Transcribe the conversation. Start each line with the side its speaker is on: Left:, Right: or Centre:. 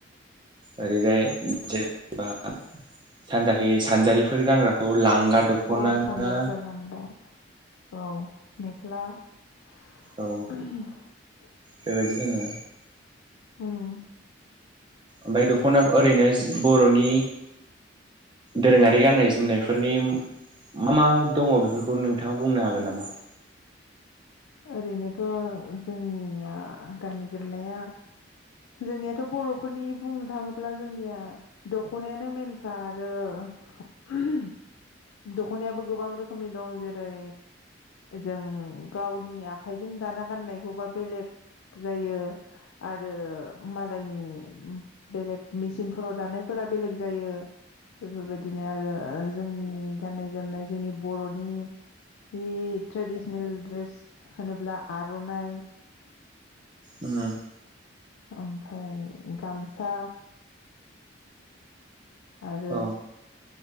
Right: ओरैजाय जेबा सानजाखि सानजारिफोर गानग्राखौ लांगा दख'ना
Left: अ सानजारिफोर
Right: ना
Left: <unintelligible> औ मेख्ला <inaudible>
Right: औ बेबायदि होनो।
Left: उम।
Right: ओमफाय द'खना ओरैनो जि बर'नि दोरोङारि गाननाय जोमनायफोरनि मा मा दङ' बेफोरखौ नोंथाङा बुंनो हागोन नामा?
Left: ओरैनोथ' जोंनिया गाननाय जोमनाया जोंनियाथ' बर'फोरनि बुंनो थाङोब्ला जोंनिया द'खनायानो मेनखा आरो <unintelligible> द'खनायाबो गोबां रोखोमनि दं जेरै जों गावनि आखाइजों दाना गाननायखौबा बेलेग जायो आरो मालायनि बेलेग मेचिनफोराव दानायफोरा बेलेग जायो। बेफोरबायदिनो आरो जोंनि गाननाय जोमनाय जोंनि बर'नि नि ट्रेडिसनेल ड्रेस होनोब्ला आर'नाय
Right: उम।
Left: ओमफाय गामसा आरो
Right: औ